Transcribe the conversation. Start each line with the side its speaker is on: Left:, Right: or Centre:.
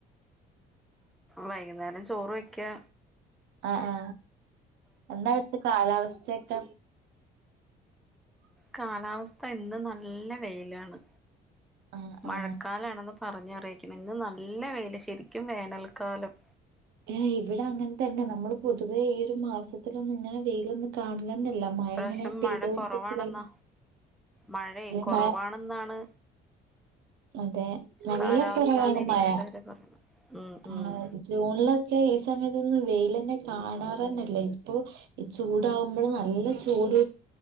Centre: വൈന്നേരം ചോറ് വെക്കാ
Right: എ ആ എന്താ അവിടുത്തെ കാലാവസ്ഥയൊക്കെ
Centre: കാലാവസ്ഥ ഇന്ന് നല്ല വെയിലാണ്
Right: ആഹ്
Centre: മഴക്കാലാണെന്ന്
Right: ആഹ്
Centre: പറഞ്ഞറീക്കണം ഇന്ന് നല്ല ല് ശരിക്കും വേനൽക്കാലം
Right: എ ഇവിടെ അങ്ങൻതന്നെ നമ്മള് പൊതുവെ ഈ ഒരു മാസത്തിലൊന്നും ഇങ്ങനെ വെയിലൊന്നും കാണ ല്ല മഴ
Centre: ഇപ്രാവശ്യം
Right: ങ്ങനെ പെയ്തോണ്ടിരി
Centre: മഴ കുറവാണെന്നാ മഴയെ കുറവാണെന്നാണ്
Right: <inaudible> അതെ നല്ല
Centre: കാലാവസ്ഥാ
Right: കുറവാണ്
Centre: നിരീക്ഷകര്
Right: മയ
Centre: പറയണത് ഉം
Right: ആ
Centre: ഉം
Right: ജൂണിലൊക്കെ ഈ സമയത്തൊന്നും വെയിലെന്നെ കാണാറെന്നെല്ല ഇപ്പൊ ഈ ചൂടാവുമ്പോള് നല്ല ചൂട്